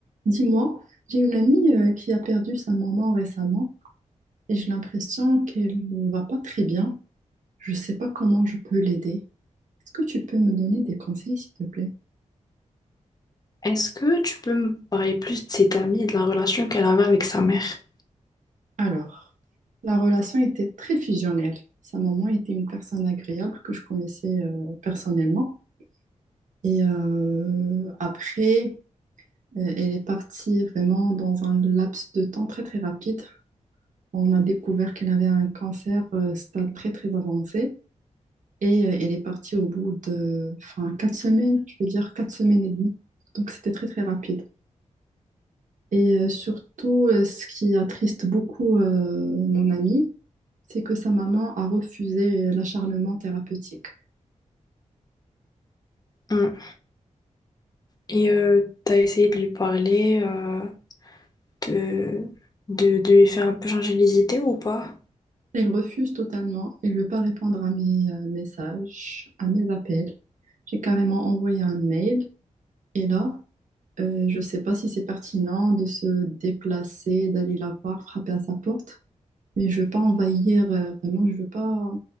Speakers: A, on the right; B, on the left.
A: Dis-moi, j'ai une amie euh, qui a perdu sa maman récemment et j'ai l'impression qu'elle ne va pas très bien. Je ne sais pas comment je peux l'aider. Est-ce que tu peux me donner des conseils, s'il te plaît?
B: Est-ce que tu peux me parler plus de cette amie et de la relation qu'elle avait avec sa mère?
A: Alors, la relation était très fusionnelle. Sa maman était une personne agréable que je connaissais euh, personnellement. Et euh, après, euh, elle est partie vraiment dans un laps de temps très très rapide. On a découvert qu'elle avait un cancer euh, stade très très avancé. Et euh, elle est partie au bout de enfin, quatre semaines, je veux dire quatre semaines et demie. Donc c'était très très rapide. Et euh, surtout, euh, ce qui attriste beaucoup euh, mon amie, c'est que sa maman a refusé l'acharnement thérapeutique.
B: Mm. Et euh, t'as essayé de lui parler, euh, de, de, de lui faire un peu changer les idées ou pas?
A: Elle refuse totalement, elle ne veut pas répondre à mes euh, messages, à mes appels. J'ai carrément envoyé un mail. Et là, euh, je ne sais pas si c'est pertinent de se déplacer, d'aller la voir, frapper à sa porte. Mais je veux pas envahir, euh, vraiment, je veux pas,